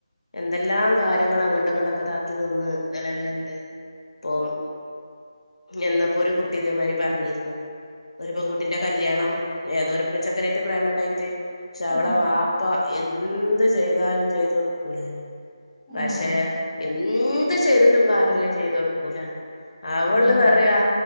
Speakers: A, on the left; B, in the centre.
A: എന്തെല്ലാം കാര്യങ്ങൾ അങ്ങണ്ട് ഇ ങ്ങണ്ടൊക്കെതാക്കി നിന്ന് നിലവില്ണ്ട് ഇപ്പം എന്നപ്പോ ഒരു കുട്ടി ഇതേമാരി പറഞ്ഞിന്ന് ഒരു പെൺകുട്ടിന്റെ കല്ല്യാ ണം ഏതോ ഒരു ചെക്കനേറ്റ് പ്രേമണ്ടായിട്ട് പക്ഷെ അവള
B: ആഹ്
A: വാപ്പ എന്ത് ചെയ്താലും ചെയ്ത് കൊടുക്കൂലല്ലെ പക്ഷെ
B: ആഹ്
A: എന്തു ചെയ്തിട്ടും കാര്യല്ല ചെയ്തോടുക്കൂല അത് അവള്
B: ഉം
A: പറയാ